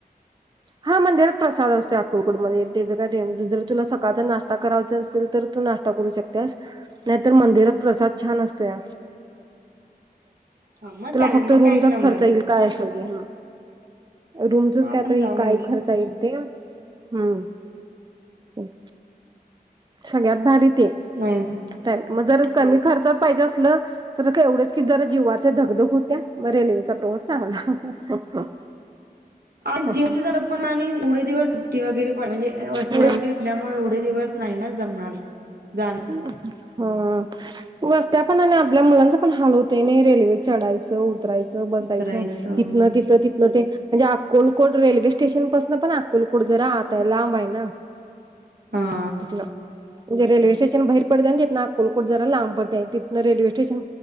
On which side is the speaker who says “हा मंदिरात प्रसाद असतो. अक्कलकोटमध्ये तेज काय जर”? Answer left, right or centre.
Right